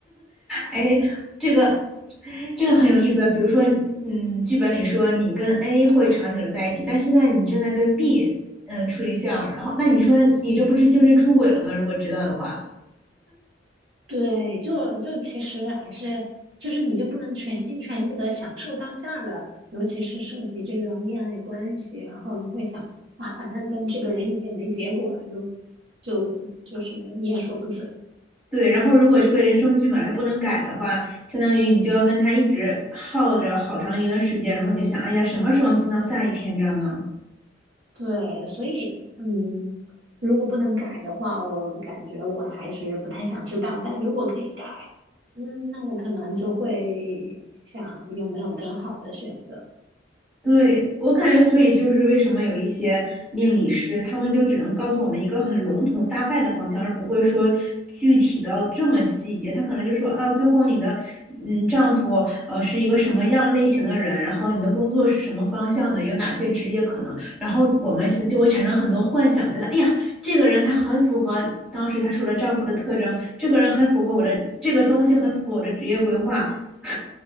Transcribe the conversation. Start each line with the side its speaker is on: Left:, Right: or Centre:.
Centre: 哎，这个这个很有意思。比如说，嗯，剧本里说你跟 A 会长久的在一起，但现在你正在跟 B 呃处对象，然后那你说你这不是精神出轨了吗？如果知道的话。
Right: 对，就就其实还是就是你就不能全心全意的享受当下了，尤其是涉及这种恋爱关系，然后你会想啊，反正跟这个人也没结果，又就就是你也说不准。
Centre: 对，然后如果这个人生剧本还不能改的话，相当于你就要跟他一直耗着好长一段时间，然后你就想，哎呀，什么时候进到下一篇章啊？
Right: 对，所以嗯，如果不能改的话，我感觉我还是不太想知道。但如果可以改，嗯，那我可能就会想有没有更好的选择。
Centre: 对，我感觉，所以就是为什么有一些命理师，他们就只能告诉我们一个很笼统、大概的方向，而不会说具体到这么细节。他可能就说啊，最后你的嗯丈夫呃是一个什么样类型的人，然后你的工作是什么方向的，有哪些职业可能，然后我们现就会产生很多幻想，觉得哎呀，这个人他很符合当时他说的丈夫的特征，这个人很符合我的这个东西很符合我的职业规划，<laughs>